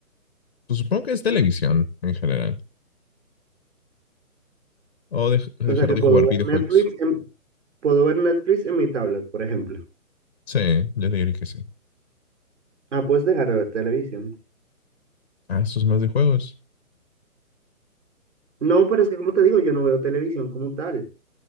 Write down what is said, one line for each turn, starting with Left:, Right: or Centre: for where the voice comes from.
Left: Pues supongo que es televisión en general. O de- dejar
Right: O sea que
Left: de
Right: puedo
Left: jugar
Right: ver
Left: videojuegos.
Right: Netflix en, puedo ver Netflix en mi tablet, por ejemplo.
Left: Sí, yo diría que sí.
Right: Ah, puedes dejar de ver televisión.
Left: Ah, eso es más de juegos.
Right: No, pero es que como te digo, yo no veo televisión como tal.